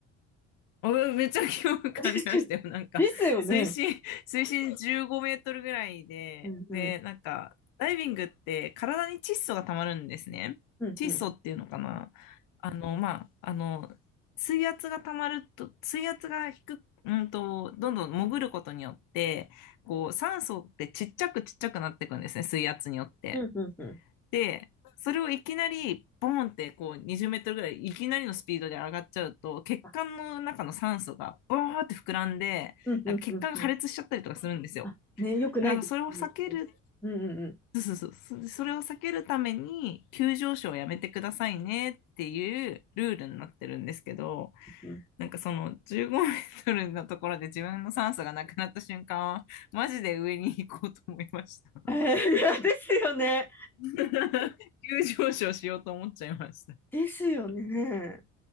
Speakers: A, on the left (about 55°); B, in the centre.
A: <laughs> あめっちゃ興味感じましたよ。
B: <laughs> ですよ
A: なんか、
B: <laughs> ですよね。
A: 水深、水深15メートルぐらいで、
B: うんうん。
A: で、なんか、ダイビングって体に窒素が溜まるんですね。
B: うんうん。
A: 窒素っていうのかな。あの、まあ、あの、水圧が溜まると、水圧が低く、うんと、どんどん潜ることによって、こう、酸素ってちっちゃくちっちゃくなっていくんですね、水圧によって。
B: うんうんうん。
A: で、それをいきなり、ボーンってこう20メートルぐらいいきなりのスピードで上がっちゃうと、血管の中の酸素がボーンって膨らんで、
B: あ、うんうんうんうん。
A: なんか血管が破裂しちゃったりとかするんですよ。
B: あ、ね、よくないですね。
A: だからそれを避ける、
B: うんうん
A: そうそうそう、それを避けるために、急上昇をやめてくださいねっていうルールになってるんですけど、
B: うん。うん
A: なんかその15メートルのところで自分の酸素がなくなった瞬間は、マジで上に行こうと思いました。
B: えーいやですよね。
A: <laughs> 急上昇しようと思っちゃいました。
B: ですよね。